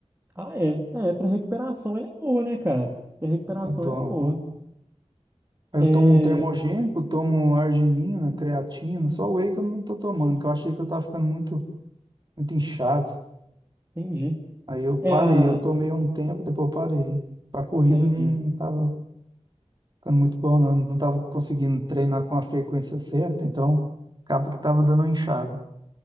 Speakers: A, on the right; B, on the right.
A: Ah, é. É, pra recuperação ela é boa, né, cara? Pra recuperação
B: é bom.
A: ela é boa.
B: Aí
A: É,
B: Eu tomo um termogênico, tomo um arginina, creatina, só whey que eu não tô tomando, que eu achei que eu tava ficando muito, muito inchado.
A: entendi.
B: Aí eu
A: É
B: parei, eu
A: a
B: tomei há um tempo, depois eu parei. Pra corrida
A: Entendi.
B: não não tava ficando muito bom, não. Eu Não tava conseguindo treinar com a frequência certa, então acaba que tava dando uma inchada.